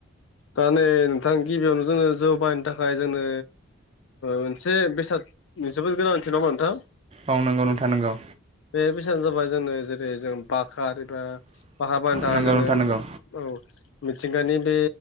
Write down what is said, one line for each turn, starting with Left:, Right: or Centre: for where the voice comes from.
Left: दा नै नोंथां गिबियावनो जोङो जौ बाहायनो थाखाय जोंनो मोनसे बेसादनि जोबोद गोनांथि नामा नोंथां।
Right: औ नंगौ नोंथां नंगौ।
Left: बे बैसागु जाबा जोङो जेरै जों बाक्रा एबा बाखार बानायनो थाखाय
Right: नंगौ
Left: जोंनो
Right: नोंथां नंगौ
Left: औ मिथिंगानि बे